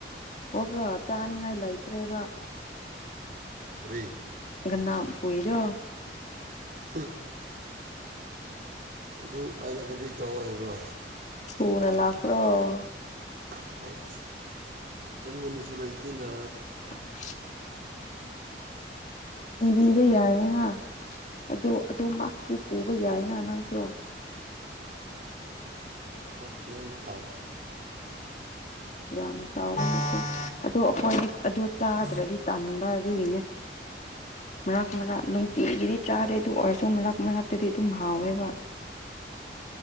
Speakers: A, on the left; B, on the right.
A: ꯍꯕ ꯆꯥꯅꯤꯉ ꯏꯂ ꯏꯇ꯭ꯔꯦꯕ
B: ꯀꯔꯤ
A: ꯒꯅꯥ ꯄꯨꯏꯔꯣ
B: ꯍꯨꯛ ꯑꯗꯨ ꯑꯩꯅ ꯀꯔꯤ ꯇꯧ ꯍꯥꯏꯕ꯭ꯔꯥ
A: ꯄꯣꯅ ꯂꯥꯛꯀ꯭ꯔꫭ
B: <unintelligible> ꯑꯩꯉꫭꯟꯗꯁꯨ ꯂꯩꯇꯦꯅꯥ
A: <inaudible> ꯏꯕꯤꯕ ꯌꯥꯌꯦ ꯍꯥ ꯑꯗꯨ ꯑꯗꯨ ꯃꯥꯛꯇꯤ ꯄꯨꯕ ꯌꯥꯏꯅ ꯅꯪꯁꯨ
B: ꯍꯣꯏ ꯌꯦꯡꯕ ꯇꯥꯔꯦ
A: ꯌꯥꯝ ꯆꯥꯎꯋꯦ ꯑꯗꯣ ꯑꯩꯈꯣꯏꯗꯤ ꯑꯗꯨ ꯇꯥꯗ꯭ꯔꯗꯤ ꯇꯥꯟꯕ ꯑꯗꯨꯒꯤꯅꯦ ꯃꯔꯥꯛ ꯃꯔꯥꯛ ꯅꯨꯡꯇꯤꯒꯤꯗꯤ ꯆꯥꯗꯦ ꯑꯗꯨ ꯑꯣꯏꯔꯁꯨ ꯃꯔꯛ ꯃꯔꯛꯇꯗꯤ ꯑꯗꯨꯝ ꯍꯥꯎꯋꯦꯕ <inaudible>